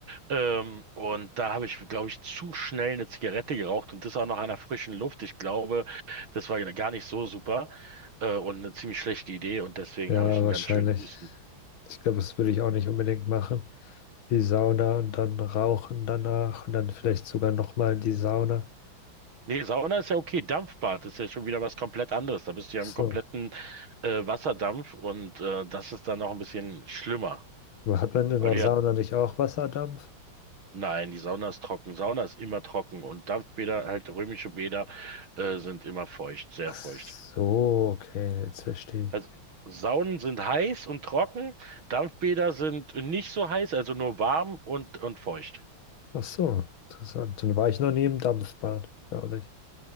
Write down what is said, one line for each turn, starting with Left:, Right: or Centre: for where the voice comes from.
Right: Ähm, und da habe ich, glaube ich, zu schnell eine Zigarette geraucht und das auch noch an der frischen Luft. Ich glaube, das war gar nicht so super äh, und eine ziemlich schlechte Idee und deswegen
Left: Ja,
Right: habe ich einen
Left: wahrscheinlich.
Right: ganz schönen Husten.
Left: Ich glaube, das würde ich auch nicht unbedingt machen. Die Sauna und dann rauchen danach und dann vielleicht sogar nochmal in die Sauna.
Right: Nee, Sauna ist ja okay. Dampfbad ist ja schon wieder was komplett anderes. Da bist du ja
Left: Ach
Right: im
Left: so.
Right: kompletten äh, Wasserdampf und äh, das ist dann noch ein bisschen schlimmer.
Left: Hat man in
Right: Weil
Left: der
Right: du
Left: Sauna
Right: ja,
Left: nicht auch Wasserdampf?
Right: nein, die Sauna ist trocken. Sauna ist immer trocken und Dampfbäder, halt römische Bäder, äh, sind immer feucht, sehr
Left: Ach
Right: feucht.
Left: so, okay, jetzt verstehe ich.
Right: Also Saunen sind heiß und trocken, Dampfbäder sind nicht so heiß, also nur warm und, und feucht.
Left: Ach so, interessant. Dann war ich noch nie im Dampfbad, glaube ich.